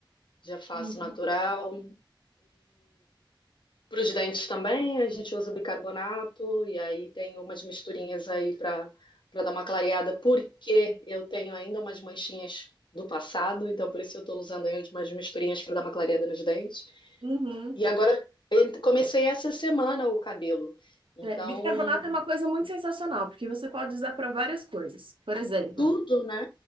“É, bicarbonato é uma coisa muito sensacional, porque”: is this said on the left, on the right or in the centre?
Right